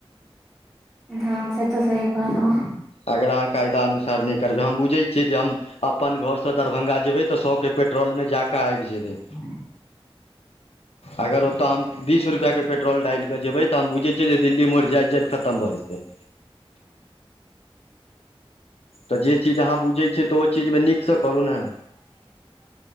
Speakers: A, in the centre; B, on the left.
A: हँ से तऽ सही कहलौं आहाँ।
B: अगर आहाँ कायदा अनुसार नैय करबै हम बुझै छियै जे हम अपन घर स दरभंगा जेबै तऽ सौ के पेट्रोल मे जाकऽ अैब जेबै।
A: <inaudible>
B: अगर ओतऽ हम बीस रुपया के पेट्रोल डैल कऽ जेबै तऽ हम बुझै छियै जे दिल्ली मोड़ जाइत -जाइत खतम भऽ जेतै। तऽ जे चीज आहाँ बुझै छियै तऽ ओ चीज मे नीक स करू ने।